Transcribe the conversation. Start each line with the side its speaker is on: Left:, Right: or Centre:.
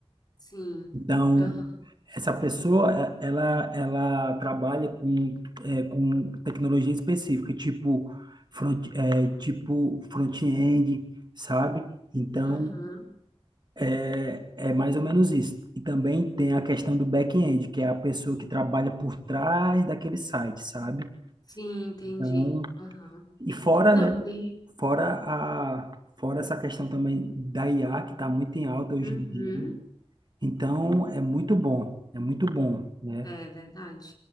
Left: sim,
Right: Então,
Left: aham.
Right: essa pessoa, é, ela, ela trabalha com, é, com tecnologia específica, tipo front, é, tipo front-end, sabe? Então,
Left: Aham.
Right: é é mais ou menos isso. E também tem a questão do back-end, que é a pessoa que trabalha por trás daquele site, sabe?
Left: Sim, entendi.
Right: Então,
Left: Aham.
Right: e fora,
Left: Não,
Right: né?
Left: tem.
Right: Fora a, fora essa questão também da IA, que está muito em alta hoje
Left: Uhum.
Right: em dia. Então, é muito bom, é muito bom, né?
Left: É verdade.